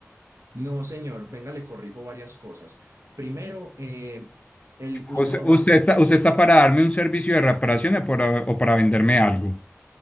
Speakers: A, on the right; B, on the left.
A: No, señor, venga, le corrijo varias cosas. Primero, eh, el, usted
B: Usted,
A: no
B: usted
A: va a
B: está, usted está para darme un servicio de reparaciones por a- o para venderme algo.